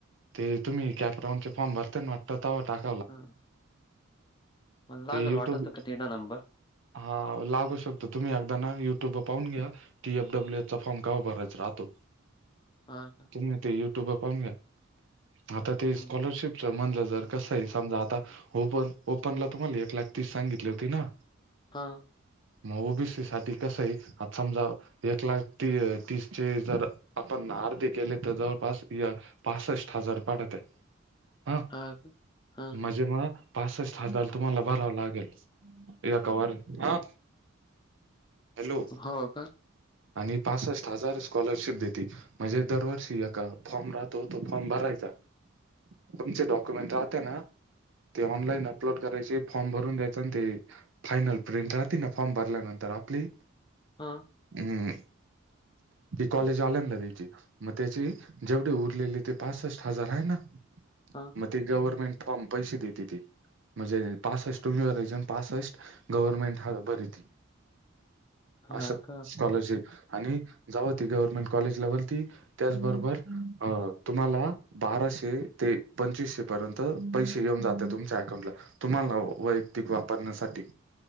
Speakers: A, on the right; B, on the left.
A: ते तुम्ही कॅपराउन फॉम भर ना वाटत ते्हा टाक
B: ह मला
A: ते
B: लागल
A: युट्यूब
B: वाटअपप तेडा नंबर
A: हा लागू शकतो तुम्ही अदा ना युट्युब व पाहून घ्या. टीएफडब्ल्यूए चा फॉर्म का भरायच राहो.
B: हा हा.
A: तुम्ही ते युट्यूबर पाहून घ्या आता ते
B: हं.
A: स्कॉलरशिपच म्हणलं जर कसं आहे समजा आता ओपन ओपनला तुम्हाला एक लाख तीस सांगितली होती ना?
B: हां,
A: मग ओबीसी साठी कसं आहे आज समजा एक लाख ती तीस चे जर आपण आरधी केले तर जवळपास या पासष्ट हजार पडत्यात. हा
B: हा <unintelligible> हा
A: मजे मग पासष्ट हजार तुम्हाला भराव लागेल ऐकावर हा हॅलो
B: हो का?
A: आणि पास हजार स्कॉलरशिप देत ती म्हणजे दरवर्षी ए फॉर्म राहतो तो फॉर्म भरायचा. तुमचे डॉक्युमेंट राहते ना. ते ऑनलाईन अपलोड करायचे फॉर्म भरून द्यायचं आणि ते. फायनल प्रिंट राहातेना फॉर्म भरल्यानंतर आपली.
B: हा.
A: हम् ती कॉलेज आल्या ना त्याची मग त्याची. जेवढे उरलेले ते पासष्ट हजार आहे ना
B: हा.
A: मग ते गवर्नमेंट फॉर्म पैसे देती ती. म्हणजे पासषष्ट विव्हरेजन पासष्ट गव्हर्मेंट हा बरिती.
B: हां
A: असं
B: का?
A: स्कॉलरशिप आणि जेव्हती गव्हर्मेंट कॉलेज <inaudible> त्याचबरोबर अ तुम्हाला बाराशे ते पंचवीसशे पर्यंत पैसे येऊन जाते तुमच्या अकाउंटला. तुम्हाला वैयक्तिक वापरण्यासाठी.